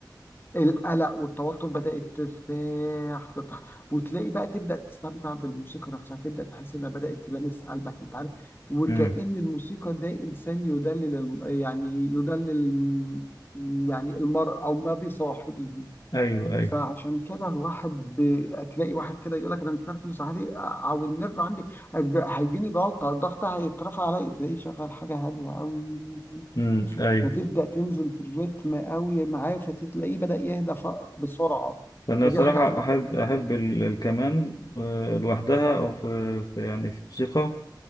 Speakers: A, on the left (about 30°); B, on the left (about 60°).
A: القلق والتوتر بدأت ترتاح ترتاح وتلاقي بقى تبدأ تستمتع بالموسيقى نفسها تبدأ تحس انها بدأت تلامس قلبك انت عارف وكأن
B: مم.
A: الموسيقى ده انسان يدلل الم- يعني يدلل يعني المرء او ما بصاحبه
B: أيوه أيوه
A: فعشان كده الواحد ب... تلاقي واحد كده يقول لك انا متنرفز عليه او النرف عندي هج- هيجيني جلطه الضغط هيترفع عليا تلاقيه شغال حاجه هاديه قوي
B: مم. أيوه
A: فتبدا تنزل بالريتم قوي معاه فتلاقيه بدا يهدى ف- بسرعه
B: فأنا
A: فدي
B: صراحة
A: حاجه حلوه
B: أحب أحب ال- الكمان آه، لوحدها أو في في- يعني في موسيقى